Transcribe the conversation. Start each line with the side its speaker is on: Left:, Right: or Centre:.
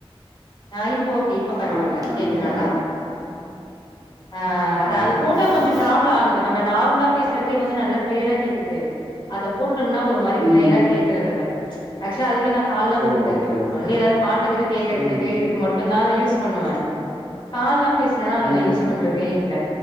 Left: ஆ இப்ப ஓகே இப்ப பரவால்ல
Right: ப்ளூடூத்னாலைங்களா
Left: கேக்குது நல்லா ஆ அதா
Right: ஓகே
Left: போட்டா கொஞ்சோ
Right: ம்
Left: ப்ராப்ளம் ஆகுது நம்ம நார்மளா போசுறதே வந்து நல்லா கிளியரா கேக்குது அத போட்டும்னா ஒரு மாறி கிளியரா
Right: ம்
Left: கேக்குறது இல்ல ஆக்சுலா அதுக்கே நா கால்லா
Right: ஓ
Left: போசுது
Right: ஓகே ஓகே
Left: ஒண்லி ஏதாவது பாட்டுக்கு கேக்குறதுக்கு
Right: ம்
Left: இதுக்கு மட்டுதா அதா யூஸ் பண்ணுவேன் கால்லா பேசனா அத
Right: ம்
Left: நான் யூஸ் பண்றதே இல்ல